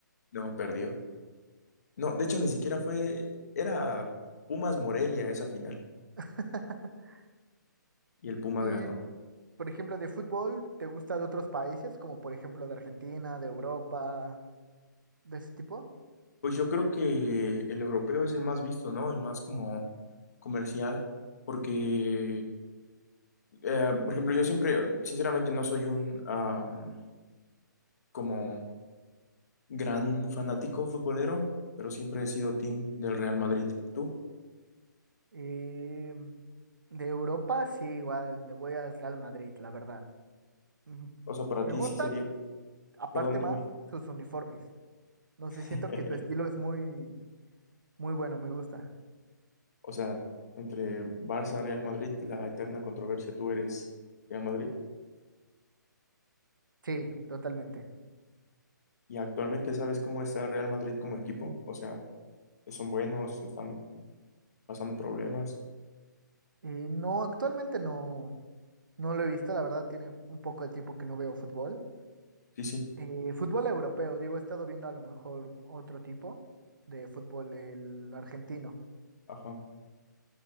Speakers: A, on the left; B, on the right.
A: No, perdió. No, de hecho, ni siquiera fue, era Pumas Morelia esa final.
B: <laughs>
A: Y el Pumas
B: Y,
A: ganó.
B: por ejemplo, de fútbol, ¿te gusta de otros países, como por ejemplo de Argentina, de Europa, de ese tipo?
A: Pues yo creo que el europeo es el más visto, ¿no? El más como comercial. Porque, eh, por ejemplo, yo siempre, sinceramente, no soy un, am, como gran fanático futbolero, pero siempre he sido team del Real Madrid. ¿Tú?
B: Eh, de Europa, sí, igual, le voy al Real Madrid, la verdad. Ujú.
A: O sea, para
B: Me
A: ti
B: gustan,
A: sí sería.
B: aparte
A: Perdón, dime.
B: más, sus uniformes. No
A: <laughs>
B: sé, siento que tu estilo es muy, muy bueno, me gusta.
A: O sea, entre Barça, Real Madrid, la eterna controversia, tú eres Real Madrid.
B: Sí, totalmente.
A: Y actualmente sabes cómo está el Real Madrid como equipo. O sea, son buenos, están pasando problemas.
B: Eh, no, actualmente no, no lo he visto, la verdad tiene un poco de tiempo que no veo fútbol.
A: Sí, sí,
B: Eh, fútbol europeo, digo, he estado viendo a lo mejor otro tipo de fútbol, el argentino.
A: ajá.